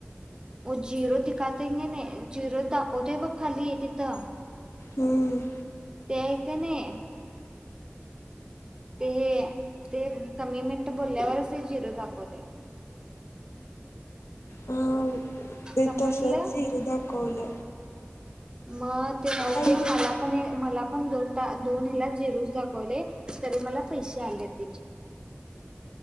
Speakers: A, on the right; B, on the left.
A: वो झिरो दिखा नही नही नही झिरो दाखवतोय बघ खाली तिथं.
B: हम्म
A: ते आहे का नाही ते हे ते कमी मिनटं बोलल्यावरच ते झिरो दाखवते.
B: हा ते
A: समजलं
B: तसच झिरो दाखवल.
A: मग ते राहु दे
B: हिरो
A: मला पण मला पण दोन दोन हेला झिरो दाखवले. तरी मला पैसे आलेत त्याचे.